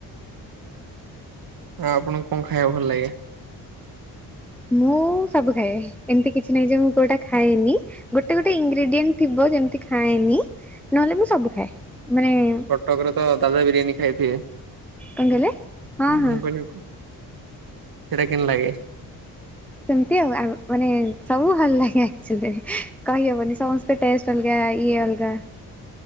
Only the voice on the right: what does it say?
ହଁ ଆପଣଙ୍କୁ କଣ ଖାଇବା ଭଲ ଲାଗେ?
କଟକରେ ତ ଦାଦା ବିରିୟାନୀ ଖାଇଥିବେ।
ମୁଁ କହିଲି- ସେଇଟା କେନ୍ ଲାଗେ।